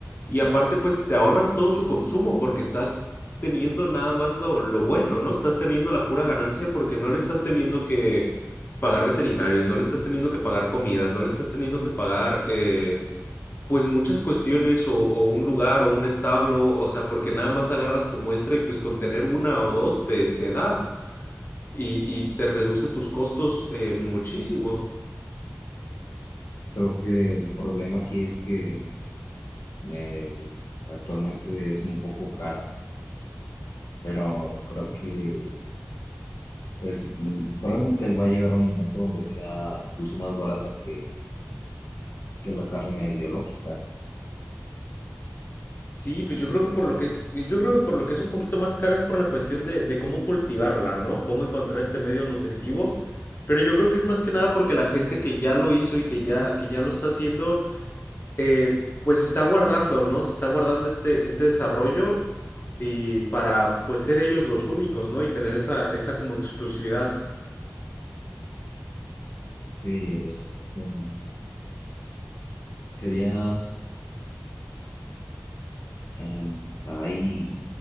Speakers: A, on the left (about 45°); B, on the left (about 75°).
A: Y aparte, pues te ahorras todo su consumo porque estás teniendo nada más lo, lo bueno, ¿no? Estás teniendo la pura ganancia porque no le estás teniendo que pagar veterinarios, no le estás teniendo que pagar comidas, no le estás teniendo que pagar, eh, pues muchas cuestiones o, o un lugar o un establo, o sea, porque nada más agarras tu muestra y pues con tener una o dos te, te das y, y te reduce tus costos eh, muchísimo.
B: Creo que el problema aquí es que eh, actualmente es un poco cara pero creo que Pues mm, probablemente va a llegar un momento donde sea incluso más barata que, que la carne biológica.
A: Sí, pues yo creo que por lo que es, yo creo que por lo que es un poquito más cara es por la cuestión de, de cómo cultivarla, ¿no? Cómo encontrar este medio nutritivo. Pero yo creo que es más que nada porque la gente que ya lo hizo y que ya, que ya lo está haciendo, eh, pues se está guardando, ¿no? Se está guardando este, este desarrollo y para pues ser ellos los únicos, ¿no? Y tener esa, esa como exclusividad.
B: Sí, es, mm, sería em, ahí,